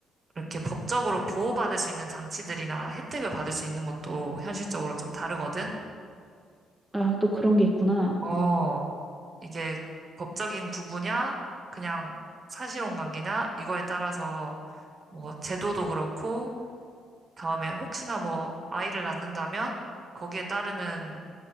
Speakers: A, on the right; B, in the centre.
A: 이렇게 법적으로 보호받을 수 있는 장치들이나 혜택을 받을 수 있는 것도 현실적으로 좀 다르거든.
B: 아, 또 그런 게 있구나.
A: 어, 이게 법적인 부부냐, 그냥 사실혼 관계냐, 이거에 따라서 뭐 제도도 그렇고, 다음에 혹시나 뭐 아이를 낳는다면 거기에 따르는